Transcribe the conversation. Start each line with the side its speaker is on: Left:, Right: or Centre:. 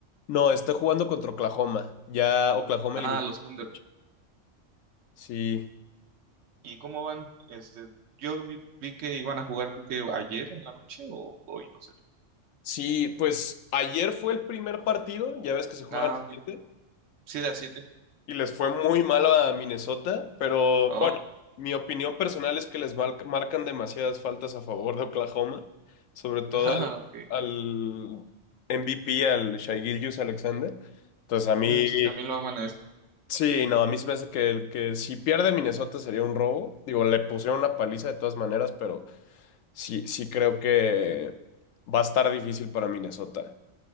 Left: no, está jugando contra Oklahoma. Ya Oklahoma
Right: Ah,
Left: eliminó.
Right: los
Left: a
Right: Thunder.
Left: Jokic. Sí,
Right: ¿Y cómo van? Este, yo vi, vi que iban a jugar, creo que ayer en la noche o hoy, no sé bien.
Left: sí, pues ayer fue el primer partido, ya ves que se juegan.
Right: Ah, ok.
Left: siete.
Right: Sí, de a 7.
Left: y les fue muy mal a Minnesota, pero
Right: Oh,
Left: bueno, mi opinión personal es que les mar- marcan demasiadas faltas a favor de Oklahoma, sobre todo
Right: <laughs> ah,
Left: al,
Right: ok.
Left: al MVP, al Shai Gilgeous-Alexander. Entonces a mí,
Right: Mm, sí, también lo aman a este.
Left: sí, no, a mí se me hace que, el- que si pierde Minnesota sería un robo. Digo, le pusieron una paliza de todas maneras, pero sí, sí creo que va a estar difícil para Minnesota.